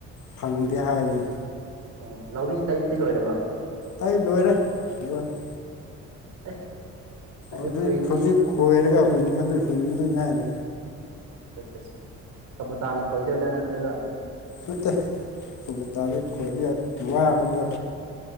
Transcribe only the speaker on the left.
ꯐꯪꯗꯦ ꯍꯥꯏꯅꯤ
ꯑꯩ ꯂꯣꯏꯔꯦ ꯂꯣꯏꯔꯦ
ꯑꯗꯨꯏ
ꯈꯖꯤꯛ ꯈꯣꯏꯔꯒ ꯍꯨꯟꯒꯗꯣꯏ ꯍꯨꯟꯒꯗꯣꯏ ꯉꯥꯏꯔꯦ
ꯅꯠꯇꯦ ꯇ ꯇꯥꯔꯦ ꯈꯣꯏ ꯋꯥꯕꯅꯤꯅ